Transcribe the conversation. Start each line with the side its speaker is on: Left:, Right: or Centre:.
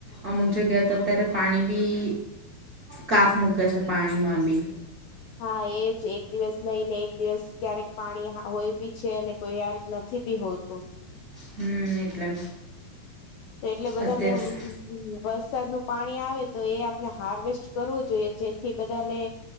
Right: અમુક જગ્યાએ તો અત્યારે પાણી બી. કાપ મૂકે છે પાણી માં બી.
Left: હા એ જ એક દિવસ નઈ ને એક દિવસ ક્યારેક પાણી હોય બી છે અને કોઈ વાર નથી ભી હોતૂ
Right: હમ્મ એટલે.
Left: તો એટલે બધાને
Right: અત્યારે
Left: વરસાદ નુ પાણી આવે તો એ આપણે હાર્વેસ્ટ કરવું જોઈએ જેથી બધાને.